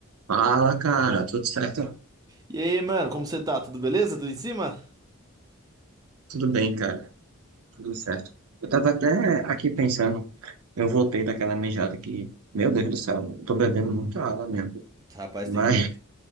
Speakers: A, on the right (about 75°); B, on the right (about 15°).
A: Fala, cara, tudo certo?
B: E aí, mano, como você tá? Tudo beleza? Tudo em cima?
A: Tudo bem, cara, tudo certo. Eu tava até aqui pensando, eu voltei daquela mijada que, meu Deus do céu, eu tô bebendo muita água mesmo,
B: Rapaz,
A: mas,
B: tem que.